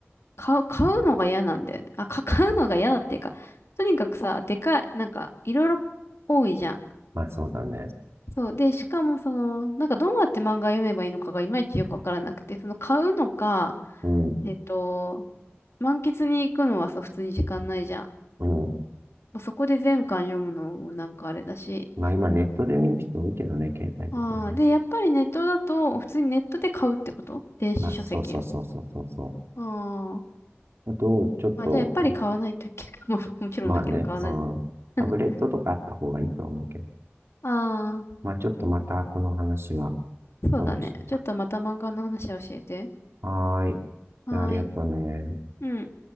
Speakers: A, on the left; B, on the right.
A: 買う、買うのが嫌なんだよね。あ、か買うのが嫌だっていうか、とにかくさ、でかい、なんかいろいろ多いじゃん。
B: まあそうだね。
A: そう。で、しかもその、なんかどうやって漫画読めばいいのかがいまいちよくわからなくて、その買うのか、
B: うん。
A: えっと、満喫に行くのはさ、普通に時間ないじゃん。ま
B: うん。
A: あ、そこで全巻読むのもなんかあれだし。
B: まあ今ネットで見る人多いけどね、携帯とかね。
A: ああ、で、やっぱりネットだと、普通にネットで買うってこと電子書籍を。
B: まあそうそうそうそうそうそ
A: あー
B: う。あと、ちょっと、
A: あ、じゃあやっぱり買わないといけない。<laughs> もうもちろんだけど買わない。
B: まあね、うん。タブレットとかあった方がいいとは思うけど。
A: <laughs> ああ、
B: まあ、ちょっとまたこの話は
A: そうだね。
B: 今度しようか。
A: ちょっとまた漫画の話を教えて。
B: はーい。
A: はーい。
B: じゃあ、ありがとうね。
A: うん。